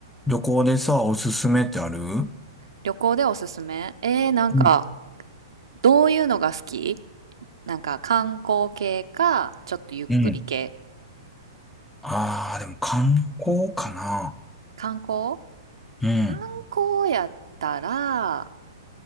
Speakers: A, in the centre; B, on the right.
A: 旅行でさ、おすすめってあるう
B: 旅行でおすすめえー、なんか、
A: ん。
B: どういうのが好きなんか、観光系か、ちょっとゆっくり系。
A: うん。ああ、でも観光かな。
B: 観光
A: うん。
B: 観光やったら、